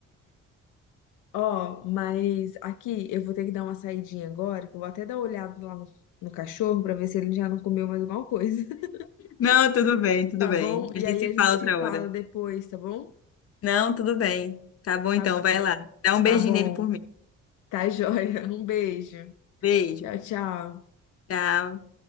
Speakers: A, on the left; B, on the left.
A: Ó, mas aqui eu vou ter que dar uma saidinha agora, que eu vou até dar uma olhada lá no, no cachorro pra ver se ele já não comeu mais alguma coisa, <laughs>
B: Não, tudo bem, tudo
A: tá
B: bem.
A: bom? E
B: A gente
A: aí
B: se
A: a gente
B: fala outra
A: se fala
B: hora.
A: depois, tá bom?
B: Não, tudo bem. Tá bom
A: Tá,
B: então, vai lá. Dá um beijinho
A: tá bom,
B: nele por mim.
A: tá <laughs> joia. Um beijo.
B: Beijo.
A: Tchau, tchau.
B: Tchau.